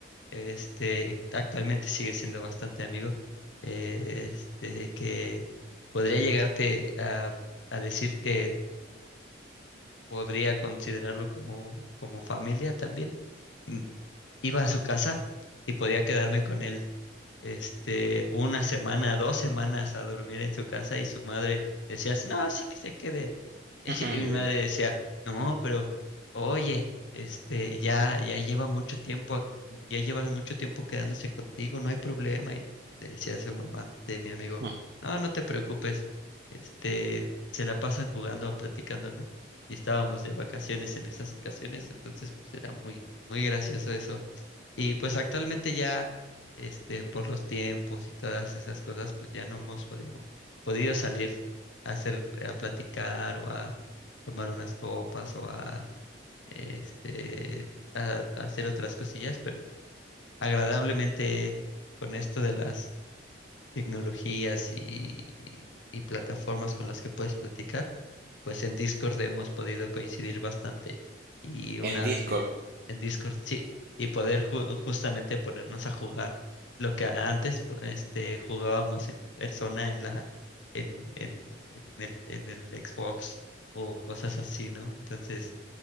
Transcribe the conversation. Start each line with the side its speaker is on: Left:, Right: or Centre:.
Left: este, actualmente sigue siendo bastante amigo, eh, este, que podría llegarte a, a decir que podría considerarlo como, como familia también. Mm, Iba a su casa y podía quedarme con él este, una semana, dos semanas a dormir en su casa y su madre decía, "Sí, no, así que se quede. <laughs>
Right: ujú.
Left: Y mi
Right: Sí.
Left: madre decía, no, pero oye, este, ya, ya lleva mucho tiempo, ac- ya llevan mucho tiempo quedándose contigo, no hay problema. Y le decía a su mamá de mi amigo,
Right: Mm.
Left: no, no te preocupes, este, se la pasan jugando o platicando, ¿no? Y estábamos de vacaciones en esas ocasiones, entonces pues era muy, muy gracioso eso y pues actualmente ya, este, por los tiempos y todas esas cosas, pues ya no hemos podimo- podido salir a hacer, a platicar o a tomar unas copas o a, este, a, a hacer otras cosillas, pero agradablemente con esto de las tecnologías y, y plataformas con las que puedes platicar, pues en Discord hemos podido coincidir bastante y una
Right: En Discord,
Left: en Discord sí y poder ju- justamente ponernos a jugar lo que antes pu- este jugábamos en persona en la en, en, en el, en el Xbox o cosas así, ¿no? Entonces,